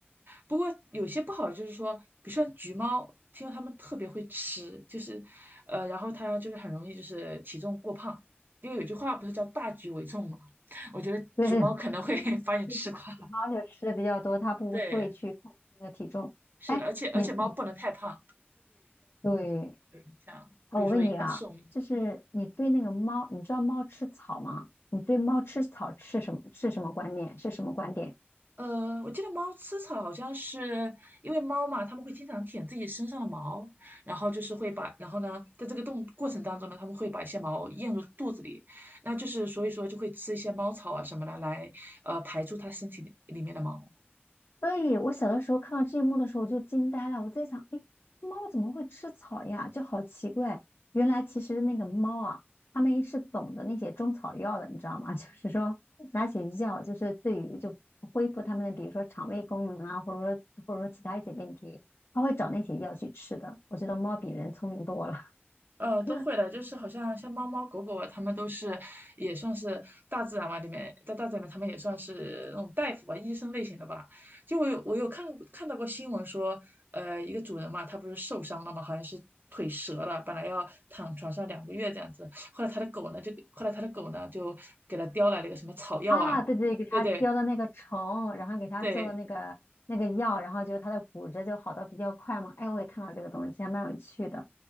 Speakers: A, on the right; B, on the left.
A: 不过有些不好的就是说，比如说橘猫，听说它们特别会吃，就是呃，然后它就是很容易就是体重过胖，因为有句话不是叫大局为重嘛，<laughs> 我觉得橘猫可能会
B: 对，<laughs>
A: <laughs> 把你吃垮。
B: 就是橘猫就吃的比较多，
A: <laughs>
B: 它不会去控制那个体重。
A: 对，是的而且而且猫不能太胖，
B: 哎，你你对。
A: 有影响。
B: 啊，我问你啊，
A: 寿命。
B: 就是你对那个猫，你知道猫吃草吗？你对猫吃草吃什么是什么观念？是什么观点？
A: 呃，我记得猫吃草好像是因为猫嘛，它们会经常舔自己身上的毛，然后就是会把，然后呢，在这个动过程当中呢，它们会把一些毛咽入肚子里，那就是所以说就会吃一些猫草啊什么的来，呃，排出它身体里里面的毛。
B: 所以我小的时候看到这一幕的时候，我就惊呆了。我在想，哎，猫怎么会吃草呀？就好奇怪。原来其实那个猫啊，它们是懂得那些中草药的，你知道吗？<laughs> 就是说拿起药，就是对于就恢复它们的，比如说肠胃功能啊，或者说或者说其他一些问题，它会找那些药去吃的。我觉得猫比人聪明多了。
A: 呃，
B: <laughs>
A: 都会的，就是好像像猫猫狗狗啊，它们都是也算是大自然吧，里面在大自然里面，它们也算是那种大夫吧，医生类型的吧。就我有我有看看到过新闻说，呃，一个主人嘛，他不是受伤了嘛，好像是腿折了，本来要躺床上两个月这样子，后来他的狗呢就后来他的狗呢就给他叼来了一个什么草药啊，
B: 啊，对对，给他浇的那个虫，
A: 对对
B: 然后给他做的那个那个药，
A: 对
B: 然后就是他的骨折就好的比较快嘛。哎，我也看到这个东西，还蛮有趣的。